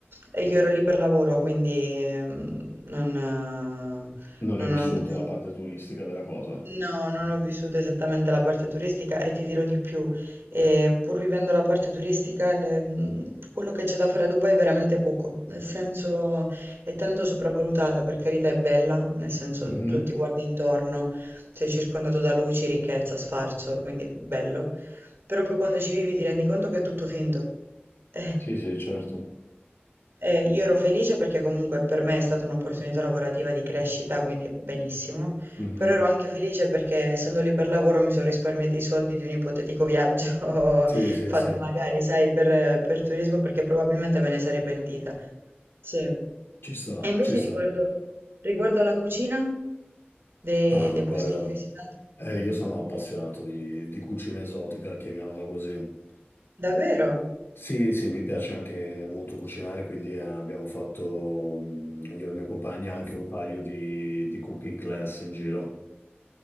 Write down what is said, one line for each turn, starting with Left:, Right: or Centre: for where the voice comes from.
Right: eh, io ero lì per lavoro, quindi ehm, non, eh,
Left: Non
Right: non
Left: hai vissuto
Right: ho- non-
Left: la parte turistica della cosa?
Right: No, non ho vissuto esattamente la parte turistica e ti dirò di più, eh, pur vivendo la parte turistica, le- mh, quello che c'è da fare a Dubai è veramente poco, nel senso è tanto sopravvalutata, per carità è bella, nel senso
Left: Mhm.
Right: tu ti guardi intorno, sei circondato da luci, ricchezza, sfarzo, quindi bello, però poi quando ci vivi ti rendi conto che è tutto finto. <laughs>
Left: Sì, sì, certo.
Right: Eh, eh, io ero felice perché comunque per me è stata un'opportunità lavorativa di crescita, quindi benissimo.
Left: Mhm.
Right: Però ero anche felice perché essendo lì per lavoro mi sono risparmiata i soldi di un ipotetico viaggio
Left: Sì,
Right: <laughs> fatto
Left: sì, sì,
Right: magari, sai, per, per turismo perché probabilmente me ne sarei pentita. Sì. E
Left: ci sta,
Right: invece
Left: ci sta.
Right: riguardo, riguardo alla cucina de-
Left: Ah,
Right: dei,
Left: guarda.
Right: posti che hai visitato?
Left: Eh,
Right: Mhm.
Left: io sono appassionato di, di cucina esotica, chiamiamola così.
Right: Davvero?
Left: Sì, sì, mi piace anche molto cucinare, quindi eh, abbiamo fatto, mm, io e la mia compagna, anche un paio di, di cooking class in giro.